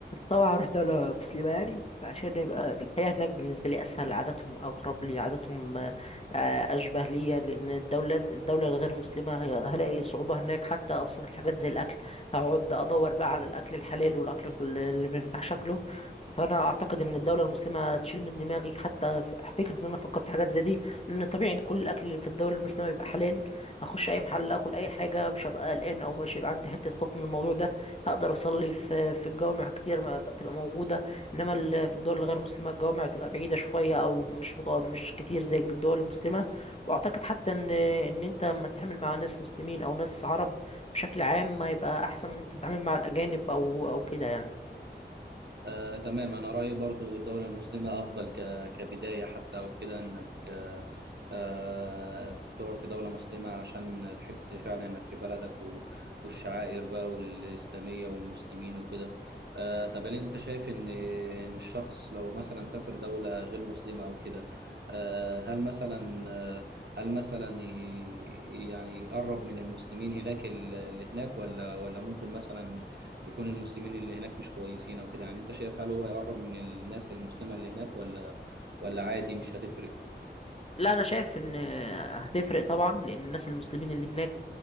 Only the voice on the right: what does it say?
آه، تمام أنا رأيي برضو الدولة المسلمة أفضل ك- كبداية حتى أو كده إنك آه، آه، تقعد في دولة مسلمة عشان تحس فعلا إنك في بلدك و- والشعائر بقى والإسلامية والمسلمين وكده آه، طب هل أنت شايف إن إن الشخص لو مثلا سافر دولة غير مسلمة أو كده آه، هل مثلا آه، هل مثلا ي- يعني يقرب من المسلمين هناك ال- اللي هناك ولا ولا ممكن مثلا يكون المسلمين اللي هناك مش كويسين او كده يعني انت شايف هل هو يقرب من الناس المسلمة اللي هناك ولا ولا عادي مش هتفرق